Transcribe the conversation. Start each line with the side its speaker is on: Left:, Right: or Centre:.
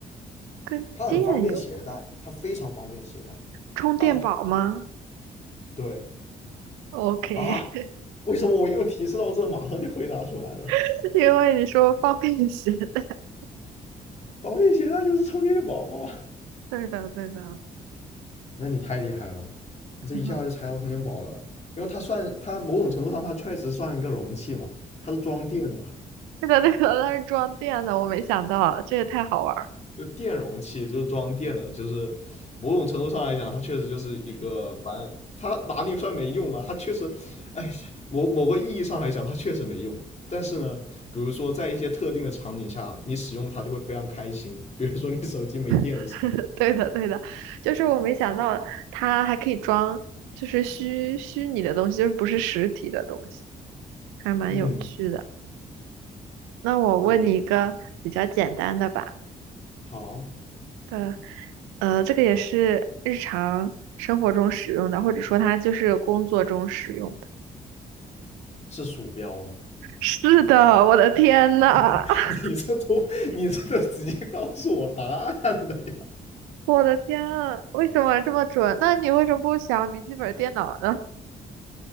Right: 跟电有
Left: 它很方便携带，它非常方便携带。
Right: 充电宝吗
Left: 大对
Right: ？OK，
Left: 啊，为什么我又提示到这，马上就回答出来了？
Right: <laughs> 因为你说方便携带。<laughs>
Left: 方便携带就是充电宝吗？
Right: 对的，对的，
Left: 那你太厉害了，你这一下就猜到充电宝了，
Right: <laughs> 嗯哼
Left: 因为它算它某种程度上它确实算一个容器嘛，它是装电的。
Right: 对的，对的，它是装电的，我没想到，这也太好玩儿。
Left: 就电容器，就是装电的，就是某种程度上来讲，它确实就是一个，反正它哪里算没用嘛？它确实，哎，某某个意义上来讲，它确实没用。但是呢，比如说在一些特定的场景下，你使用它就会非常开心。比如说你手机没电的时候，
Right: <laughs> 对的，对的，就是我没想到它还可以装，就是虚虚拟的东西，就是不是实体的东西，还蛮有趣的。
Left: 嗯，
Right: 那我问你一个比较简单的吧。
Left: 对，好，
Right: 对，呃，这个也是日常生活中使用的，或者说它就是工作中使用的。
Left: 是鼠标吗？
Right: 是的，我的天呐，
Left: <laughs>
Right: <laughs>
Left: 你这都你这都直接告诉我答案了呀！
Right: 我的天啊，为什么这么准？那你为什么不想笔记本电脑呢？